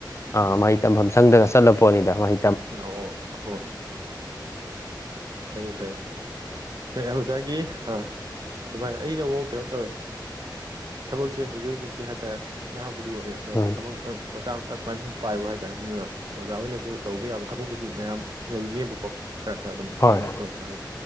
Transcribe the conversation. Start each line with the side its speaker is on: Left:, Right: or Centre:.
Left: ꯑꯥ
Right: ꯎꯝ
Left: ꯃꯥꯏ ꯇꯝꯐꯝ ꯁꯪꯗꯒ ꯆꯠꯂ ꯄꯣꯠꯅꯤꯗ ꯃꯥꯏ
Right: ꯑꯣ ꯑꯣ ꯐ ꯐꯥꯏ ꯅ ꯑꯣꯖꯥꯒꯤ ꯑꯗꯨꯃꯥꯏꯅ ꯑꯩꯅ ꯑꯃꯨꯛ ꯀꯩꯅꯣ ꯇꯧꯋꯦ ꯊꯕꯛꯁꯦ ꯍꯧꯖꯤꯛ ꯍꯧꯖꯤꯛꯀꯤ ꯍꯥꯏꯇꯥꯔꯦ ꯅꯍꯥꯕꯨꯗꯤ ꯑꯣꯏꯔꯦ ꯑꯗꯣ
Left: ꯎꯝ
Right: ꯊꯕꯛꯀꯤ ꯃꯆꯥ ꯃꯆꯥ ꯁꯨꯃꯥꯏꯅ ꯁꯨꯝ ꯄꯥꯏꯕ ꯍꯥꯏꯇꯥꯔꯦ ꯑꯗꯨꯅ ꯑꯣꯖꯥ ꯍꯣꯏꯅꯁꯨ ꯇꯧꯕ ꯌꯥꯕ ꯊꯕꯛꯄꯨꯗꯤ ꯃꯌꯥꯝ ꯂꯩꯅꯦꯕꯀꯣ ꯈꯔ ꯈꯔ ꯑꯗꯨꯝ
Left: ꯍꯣꯏ
Right: ꯇꯥꯟꯅ ꯌꯥꯋꯣꯏ